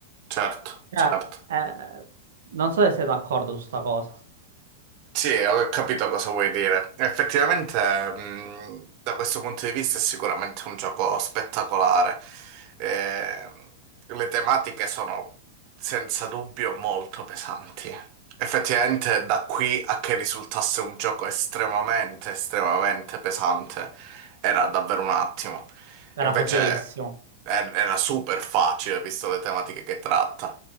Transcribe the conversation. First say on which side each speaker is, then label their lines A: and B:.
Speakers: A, on the right (about 35°); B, on the right (about 90°).
A: certo,
B: Cioè,
A: certo.
B: eh, non so se sei d'accordo su sta cosa,
A: Sì, ho capito cosa vuoi dire. Effettivamente, mh, da questo punto di vista è sicuramente un gioco spettacolare. Eh, le tematiche sono senza dubbio molto pesanti. Effettivamente, da qui a che risultasse un gioco estremamente, estremamente pesante, era davvero un attimo.
B: era
A: Invece,
B: facilissimo.
A: eh, era super facile, visto le tematiche che tratta.